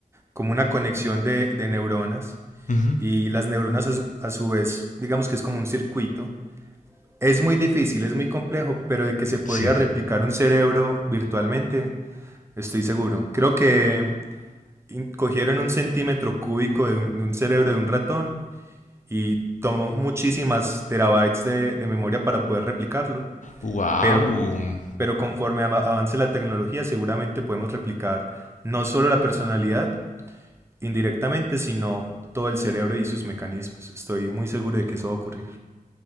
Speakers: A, on the right; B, on the left.
A: como una conexión de, de neuronas,
B: Ujú,
A: y las neuronas a su, a su vez, digamos que es como un circuito. Es muy difícil, es muy complejo, pero de que se podría
B: Sí.
A: replicar un cerebro virtualmente, estoy seguro. Creo que in- cogieron un centímetro cúbico de un, de un cerebro de un ratón y tomó muchísimas terabytes de, de memoria para poder replicarlo.
B: ¡Wow!
A: Pero, pero conforme ama- avance la tecnología, seguramente podemos replicar no solo la personalidad indirectamente, sino todo el cerebro y sus mecanismos. Estoy muy seguro de que eso va a ocurrir.